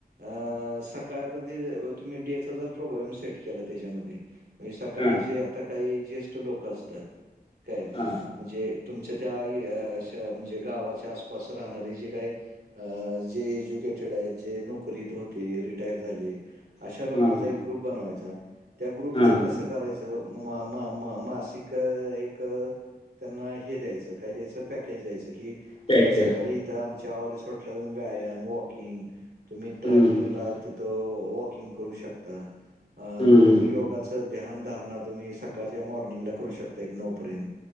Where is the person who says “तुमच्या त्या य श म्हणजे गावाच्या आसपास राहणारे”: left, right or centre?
Right